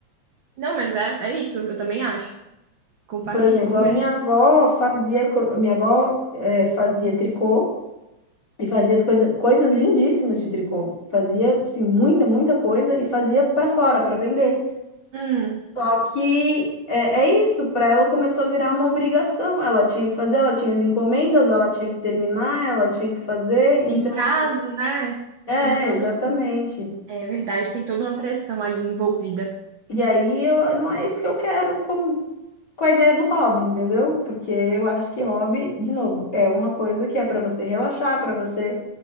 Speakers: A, on the right (about 60°); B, on the left (about 30°).
A: Não, mas é, é isso, eu também acho. Compartilhe
B: Por exemplo,
A: com o
B: a
A: mesmo.
B: minha avó fazia, cro- minha avó eh, fazia tricô e fazia as coisa, coisas lindíssimas de tricô. Fazia assim, muita, muita coisa e fazia para fora, para vender.
A: Hum,
B: Só que é, é isso, para ela começou a virar uma obrigação. Ela tinha que fazer, ela tinha as encomendas, ela tinha que terminar, ela tinha que fazer. Então,
A: tem prazo,
B: assim,
A: né?
B: é,
A: Tem todo.
B: exatamente.
A: É verdade, tem toda uma pressão ali envolvida.
B: E aí eu, não é isso que eu quero como com a ideia do hobby, entendeu? Porque eu acho que hobby, de novo, é uma coisa que é para você relaxar, para você